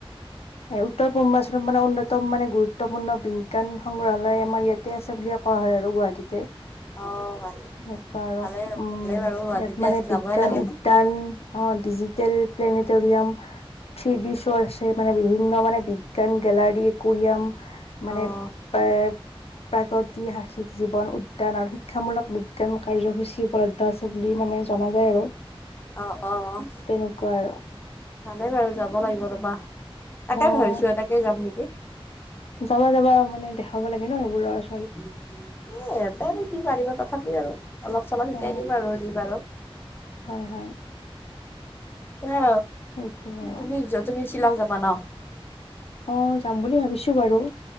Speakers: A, on the left; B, on the left.
A: এ উত্তৰ পূৰ্বাঞ্চলত মানে অন্যতম মানে গুৰুত্বপূৰ্ণ বিজ্ঞান সংগ্ৰহালয় আমাৰ ইয়াতে আছে। আছে বুলিয়ে কোৱা হয় আৰু গুৱাহাটীতে।
B: অ',
A: সেই আৰু
B: ভালেই
A: উম
B: ভালেই বাৰু গুৱাহাটীতে
A: ইয়াত মানে
B: আছে
A: বিজ্ঞান
B: যাবই লাগে
A: উ
B: ন
A: অ', ডিজিটেল প্লেনেটৰিয়াম থ্ৰিডিছো' আছে মানে বিভিন্ন মানে বিজ্ঞান গেলাৰি কৰিয়াম মানে
B: অ'।
A: এ প্ৰাগতি সাসিক জীৱন উদ্যান আৰু শিক্ষামূলক বিজ্ঞান কাৰ্যসূচী উপলব্ধ আছে বুলি মানে জনা যায় আৰু।
B: অ' অ'
A: তেনেকুৱা আৰু
B: ভালেই বাৰু যাব লাগিব ৰ'বা। তাকে
A: অ'
B: ভাবিছো তাকে যাম নেকি
A: যাবা যাবা মানে দেখাব লাগে ন এইইবোৰ।
B: এ এতে আৰু কি পাৰিব তথাপি আৰু। অলপ চলপ শিকাই
A: অ
B: দিম আৰু যি পাৰু।
A: হয় হয়
B: এ
A: সেইটোৱে আৰু
B: তুমি তুমি শ্বিলং যাবা ন।
A: অ' যাম বুলি ভাবিছো বাৰু